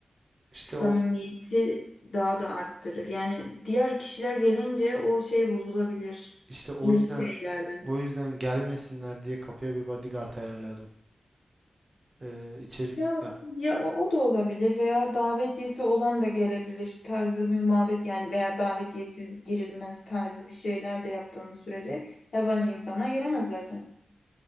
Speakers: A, on the right; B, on the left.
A: İşte
B: samimiyeti
A: o
B: daha da arttırır. Yani diğer kişiler gelince o şey bozulabilir
A: işte o
B: ilk
A: yüzden
B: şeylerden.
A: o yüzden gelmesinler diye kapıya bir bodyguard ayarlayalım. E, içeri
B: Ya
A: ya,
B: ya o, o da olabilir veya davetiyesi olan da gelebilir tarzı bir muhabbet yani veya davetiyesiz girilmez tarzı bir şeyler de yaptığımız sürece yabancı insanlar gelemez zaten.